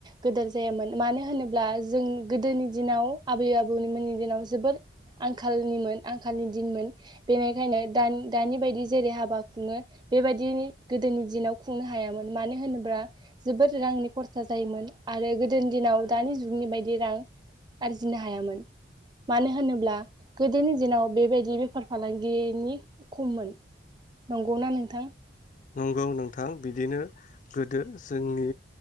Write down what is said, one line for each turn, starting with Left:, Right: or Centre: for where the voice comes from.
Right: गोदोर जायामोन मानो होनोब्ला जों गोदोनि दिनाव आबै आबौनिमोननि दिनाव जोबोर आंखालनिमोन आंखालनि दिनमोन बेनिखायनो दानि दानि बायदि जेरै हाबा खुङो बेबायदिनि गोदोनि दिनाव खुंनो हायामोन मानो होनोब्ला जोबोद रांनि खरसा जायोमोन आरो गोदोनि दिनाव दानि जुगनि बायदि रां आरजिनो हायामोन मानो होनोब्ला गोदोनि दिनाव बेबायदि बेफार फालांगिनि खममोन। नंगौना नोंथां?
Left: नंगौ नोंथां बिदिनो गोदो जोंनि